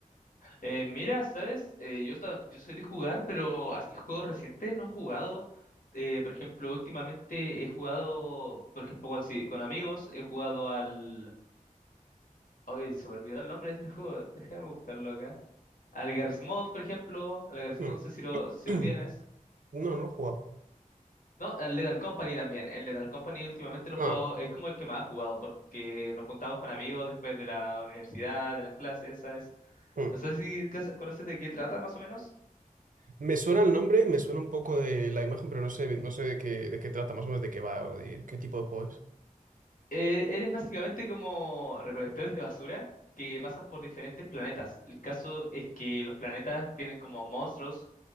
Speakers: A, on the left; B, on the right.
A: eh, mira, ¿sabes? Eh, yo, esta- yo soy de jugar, pero así juegos recientes no he jugado. Eh, por ejemplo, últimamente he jugado, por ejemplo, con, sí, con amigos, he jugado al... Ay, se me olvidó el nombre de este juego, <laughs> déjame buscarlo acá. Al Garry's Mod, por ejemplo, al Garry's
B: Mm,
A: Mod no sé si lo, si
B: <clears throat>
A: lo tienes.
B: No, no lo he jugado.
A: No, al Lethal Company también. El Lethal Company últimamente lo he
B: Ah,
A: jugado, es como el que más he jugado, porque nos juntamos con amigos después de la universidad, de las clases, ¿sabes?
B: mm.
A: No sé si cas- conoces de qué trata más o menos.
B: Me suena el nombre y me suena un poco de la imagen, pero no sé, no sé de qué, de qué trata, más o menos de qué va o de qué tipo de juego es.
A: Eh, eres básicamente como recolectores de basura que pasan por diferentes planetas. El caso es que los planetas tienen como monstruos